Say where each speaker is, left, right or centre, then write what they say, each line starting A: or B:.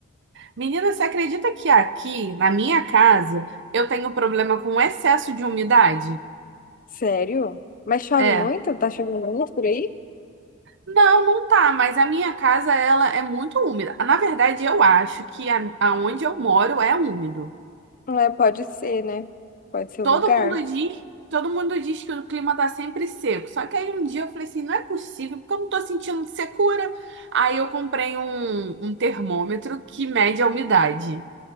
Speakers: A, on the right; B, on the left.
A: Menina, você acredita que aqui, na minha casa, eu tenho problema com excesso de umidade?
B: sério? Mas chove
A: É.
B: muito? Tá chovendo muito por aí?
A: Não, não tá, mas a minha casa ela é muito úmida. Na verdade, eu acho que a, aonde eu moro é úmido.
B: É, pode ser, né? Pode ser
A: Todo
B: o lugar.
A: mundo diz, todo mundo diz que o clima tá sempre seco. Só que aí um dia eu falei assim, não é possível, porque eu não tô sentindo secura. Aí eu comprei um, um termômetro que mede a umidade